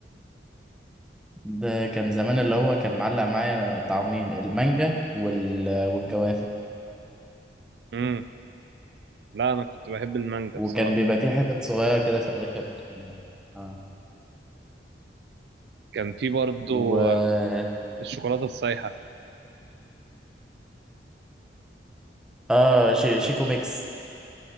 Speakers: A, in the centre; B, on the right.
A: ده كان زمان اللي هو كان معلق معايا طعمين المانجا وال... والجوافه
B: <laughs> امم لا انا كنت بحب المانجا
A: وكان
B: الصراحه
A: بيبقى فيه حتت صغيره كده في الاخر آه.
B: كان في برضو
A: و
B: آه، الشوكولاتة السايحة
A: اه شي...
B: معرفش
A: شيكو ميكس